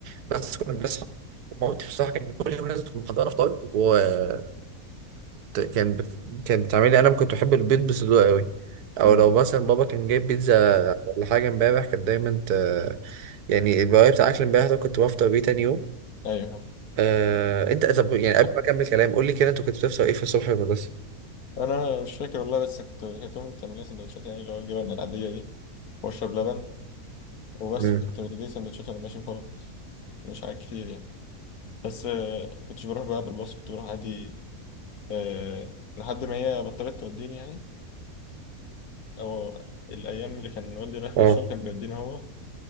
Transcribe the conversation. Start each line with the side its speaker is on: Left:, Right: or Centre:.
Right: بس كنا بنصحى مامتي بصراحة كان كل يوم لازم تكون محضرة فطار وكنت كان بت... كانت بتعملي أنا كنت بحب البيض بصدور قوي أو
Left: امم
Right: لو مثلا بابا كان جايب بيتزا ولا حاجة امبارح كانت دايما ت... يعني البواقي بتاع أكل امبارح ده كنت بفطر بيه تاني يوم
Left: ايوه
Right: آه... أنت طب يعني قبل ما أكمل كلام قول لي كده أنت كنت بتفطر إيه في الصبح في المدرسة؟
Left: انا مش فاكر والله بس كنت كنت امي بتعمل لي سندوتشات يعني اللي هو الجبن العاديه دي واشرب لبن وبس
Right: مم.
Left: وكنت بدي سندوتشات وانا ماشي وخلاص مش حاجات كتير يعني بس آه، كنتش بروح بقى بالباص كنت بروح عادي آه، لحد ما هي بطلت توديني يعني او الايام اللي كان والدي رايح فيها
Right: اه
Left: الشغل كان بيودينا هو